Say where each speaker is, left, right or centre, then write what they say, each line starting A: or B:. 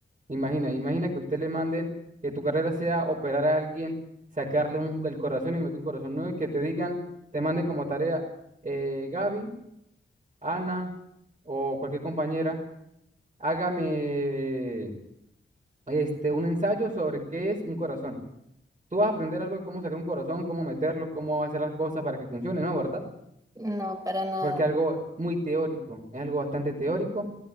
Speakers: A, on the right; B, on the right.
A: Imagina, imagina que usted le manden que tu carrera sea operar a alguien, sacarle un- el corazón y meter un corazón nuevo y que te digan, te manden como tarea, eh, Gaby, Ana o cualquier compañera, hágame este, un ensayo sobre qué es un corazón. Tú vas a aprender algo de cómo sacar un corazón, cómo meterlo, cómo hacer las cosas para que funcione, ¿no? ¿Verdad?
B: No, para nada.
A: Porque es algo muy teórico, es algo bastante teórico